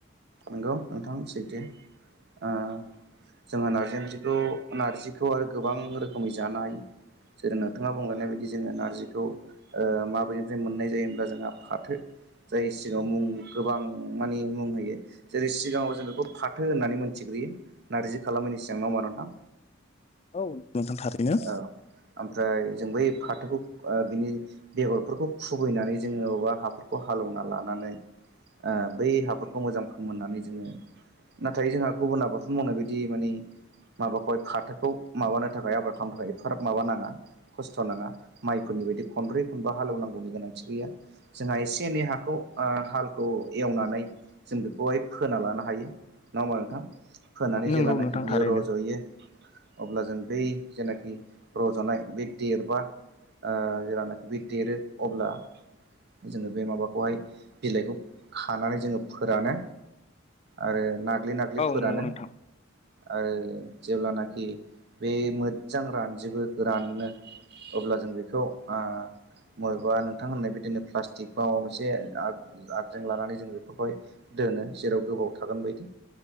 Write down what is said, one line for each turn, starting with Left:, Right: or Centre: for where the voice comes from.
Right: नंगौ नोंथां सैथो ओ जोङो नार्जि ओंख्रिखौ नार्जिखौ आरो गोबां रोखोमै जानो हायो जेरै नोंथाङा बुंलांनाय बायदि जोङो नारजिखौ ओ माबेनिफ्राय मोननाय जायो होमब्ला जोंहा फाथो जाय सिगाङाव मुं गोबां मानि मुं होयो जेरै सिगाङाव जों बेखौ फाथो होननानै मिथिगौ नारजि खालामनायनि सिगां नङा होमबा नोंथां
Left: औ नोंथां थारैनो
Right: औ ओमफ्राय जों बै फाथोखौ बिनि बेगरफोरखौ खुबैनानै जोङो बबेबा हाफोरखौ हालौवना लानानै ओ बै हाफोरखौ मोजां फोमोननानै जोङो नाथाय जोंहा गुबुन आबादफोर मावनाय बायदि माने माबाखौहाय फाथोखौ माबानो थाखाय आबाद खालामनो थाखाय फाराब माबाना ना खस्थ नङा फोरनि बायदि खनब्रै खनबा हालवनांगौनि गोनांथि गैया जोंहा एसे एनै बे हाखौ ओ हालखौ एवनानै जों बेखौहाय फोना लानो हायो नङा होमबा नोंथां फोनानै
Left: नंगौ
Right: जेब्लानाखि
Left: नोंथां
Right: बियो
Left: थारैनो
Right: रज'यो अब्ला जों बै जेनाखि रज'नाय बे देरबा ओ जेलानाखि ओ बे देरो अब्ला जोङो बे माबाखौहाय बिलाइखौ खानानै जोङो फोरानो आरो ना नाग्लि नाग्लि
Left: औ
Right: फोरानो
Left: नंगौ नोंथां
Right: आरो जेब्लानाखि बे मोजां रा जेबो गोराननो अब्ला जों बेखौ ओ बबेबा नोंथां होननाय बिदिनो प्लास्टिक बा माबा मोनसे आग आगजें लानानै जों बेफोरखौ हाय जेराव गोबाव थागोन बादि